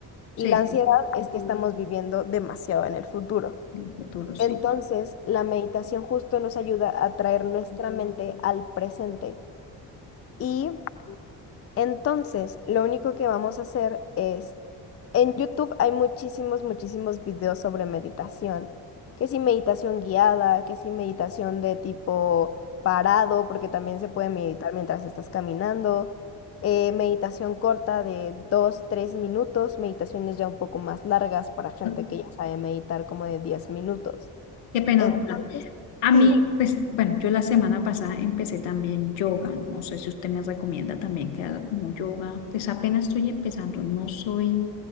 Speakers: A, on the left (about 75°); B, on the left (about 30°).
A: Sí,
B: y la ansiedad es que estamos viviendo demasiado en el futuro.
A: en el futuro, sí.
B: Entonces, la meditación justo nos ayuda a traer nuestra mente al presente. y entonces, lo único que vamos a hacer es, en YouTube hay muchísimos, muchísimos videos sobre meditación, que si meditación guiada, que si meditación de tipo parado, porque también se puede meditar mientras estás caminando, eh, meditación corta de dos, tres minutos, meditaciones ya un poco más largas para gente
A: Sí.
B: que ya sabe meditar como de 10 minutos.
A: Qué pena,
B: Entonces,
A: doctora. A mí,
B: sí.
A: pues, bueno, yo la semana pasada empecé también yoga. No sé si usted me recomienda también que haga como yoga. Pues apenas estoy empezando, no soy,